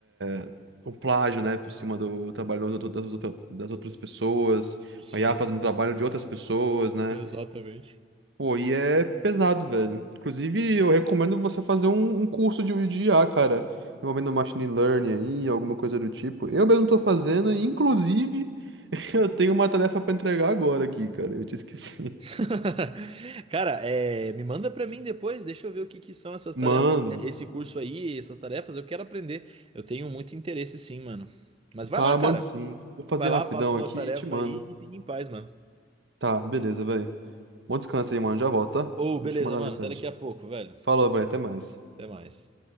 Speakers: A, on the right; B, on the right.
A: é, é, um plágio, né, por cima do trabalho das, outras- das outra- das outras pessoas,
B: Sim,
A: a IA fazendo trabalho de outras pessoas, né?
B: exatamente.
A: Pô, e é pesado, velho. Inclusive, eu recomendo você fazer um, um curso de, de IA, cara, envolvendo machine learning aí, alguma coisa do tipo. Eu mesmo tô fazendo, e inclusive, <laughs> eu tenho uma tarefa pra entregar agora aqui, cara, eu te esqueci.
B: <laughs> Cara, é, me manda pra mim depois, deixa eu ver o que que são essas tarefas,
A: Mando.
B: esse curso aí, essas tarefas, eu quero aprender. Eu tenho muito interesse sim, mano. Mas vai
A: Tá,
B: lá,
A: eu
B: cara.
A: mando sim. Vou fazer
B: Vai
A: rapidão
B: lá, faça sua
A: aqui
B: tarefa
A: e te mando.
B: aí e fique em paz, mano.
A: Tá, beleza, velho. Bom descanso aí, mano. Já volto, tá?
B: Ô,
A: Deixa
B: beleza,
A: eu te mandar
B: mano.
A: mensagem.
B: Até daqui a pouco, velho.
A: Falou, velho. Até mais.
B: Até mais.